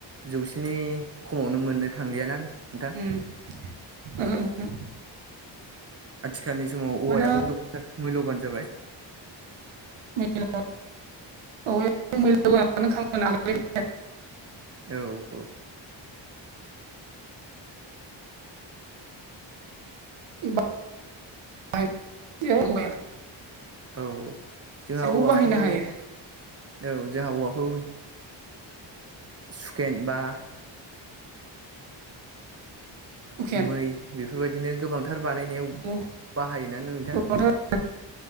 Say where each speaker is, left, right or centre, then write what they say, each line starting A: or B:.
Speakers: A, on the right; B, on the right.
A: जौसेनि खमावनो मोननो थांलिया ना नोंथां?
B: ओम ओहो ओहो
A: आथिखालनि समाव औवायाबो
B: दा
A: गोबां मुल्य'बान जाबाय।
B: <unintelligible> <unintelligible>
A: औ।
B: <unintelligible>
A: औ औ जोंहा
B: जेरावबो
A: औवाखौ
B: बाहायनो हायो
A: औ जोंहा हौवाखौ सुखेन बा
B: हुकेन
A: मै बेफोरबायदिनो गोबांथार बानायनायाव
B: औ
A: बाहायो। ना नोंथां?
B: गोबांथार